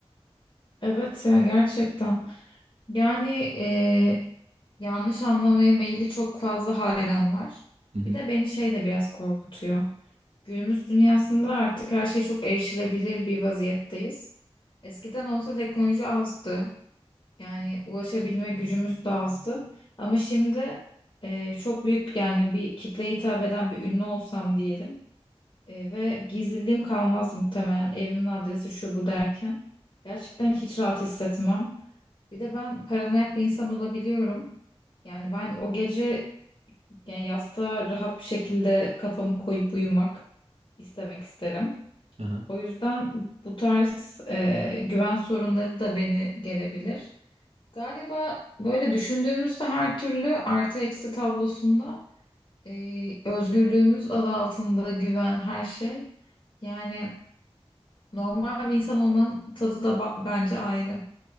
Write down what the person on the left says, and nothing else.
Evet ya gerçekten. Yani e, yanlış anlamaya meyilli çok fazla hayran var.
Bir de beni şey de biraz korkutuyor. Günümüz dünyasında artık her şey çok erişilebilir bir vaziyetteyiz. Eskiden olsa teknoloji azdı. Yani ulaşabilme gücümüz de azdı. Ama şimdi e, çok büyük yani bir kitleye hitap eden bir ünlü olsam diyelim e, ve gizliliğim kalmaz muhtemelen evimin adresi şu bu derken gerçekten hiç rahat hissetmem. Bir de ben paranoyak bir insan olabiliyorum. Yani ben o gece yani yastığa rahat bir şekilde kafamı koyup uyumak istemek isterim.
O yüzden bu tarz e, güven sorunları da beni gelebilir. Galiba böyle düşündüğümüzde her türlü artı eksi tablosunda e, özgürlüğümüz adı altında güven her şey. Yani normal bir insan olmanın tadı da ba- bence ayrı.